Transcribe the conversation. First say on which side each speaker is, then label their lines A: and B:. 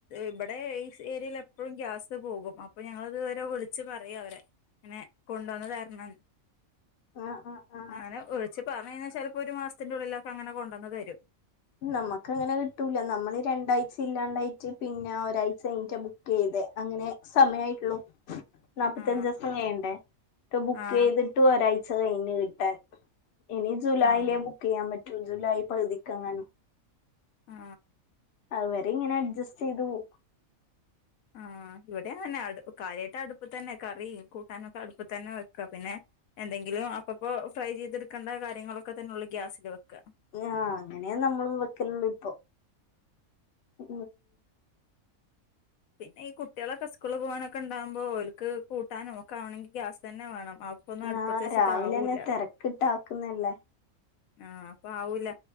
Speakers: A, on the left (about 75°); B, on the left (about 55°).
A: ഇവിടെ ഈ ഏരിയൽ എപ്പോഴും ഗ്യാസ് പോകും അപ്പൊ ഞങ്ങളതുവരെ വിളിച്ച് പറയും അവരെ ഇങ്ങനെ കൊണ്ട് വന്ന് തരണംന്ന്
B: ആഹ് ആഹ് ആഹ്
A: ആനെ ച്ച് പറഞ്ഞു കഴിഞ്ഞാ ചെലപ്പോ ഒരു മാസത്തിന്റെ ഉള്ളിലൊക്കെ അങ്ങനെ കൊണ്ടന്ന് തരും
B: നമ്മക്ക് അങ്ങനെ കിട്ടൂല നമ്മള് രണ്ടാഴ്ച ഇല്ലാണ്ടായിട്ട് പിന്നെ ഒരാഴ്ച കഴിഞ്ഞിട്ട ബുക്ക് ചെയ്തെ അങ്ങനെ സമയായിട്ടുള്ളു നാപ്പത്തഞ്ചൂസം
A: ആ
B: കയ്യണ്ടേ ഇത് ബുക്ക്
A: ആ
B: ചെയ്തിട്ട് ഒരാഴ് ച്ച കയ്ന് കിട്ടാൻ ഇനി ജൂലായിലെ
A: ആഹ്
B: ബുക്ക് ചിയ്യാൻ പ ജൂ ജൂലായി പകുതിക്കങ്ങാനും
A: ആ
B: അവ അവരെ ഇങ്ങനെ അഡ്ജസ്റ്റ് ചെയ്തു പോ
A: ആഹ ഇവിടെ അങ്ങെ അടു കാര്യമായിട്ട് അടു അപ്പ തന്നെ കറി കൂട്ടാനൊക്കെ അടുപ്പ് തന്നെ വെക്കുക പിന്നെ എന്തെങ്കിലും അപ്പപ്പോ ഫ്രൈ ചെയ്തെടുക്കേണ്ട കാര്യങ്ങളൊക്കെ തന്നെ ഉള്ളൂ ഗ്യാസിൽ വെക്കുക
B: ആ അങ്ങനെയ നമ്മൾ വെക്കലല്ലോ ഇപ്പൊ ഉ
A: പിന്നെ ഈ കുട്ടികളെ കസുക്കളള് പോകാനൊക്കെ ഉണ്ടാകുമ്പോൾ ഓലക്ക് കൂട്ടാനും ഒക്കെ ആണെങ്കിൽ ഗ്യാസ് തന്നെ വേണം അപ്പൊന്നും അടുപ്പത്ത്
B: ആഹ്
A: വെച്ചിട്ട്
B: രാവിലെന്നെ
A: ആവൂല്ല
B: തിരക്കിട്ട ആാക്കുന്നല്ലേ
A: ആഹ് അപ്പൊ ആവൂില്ല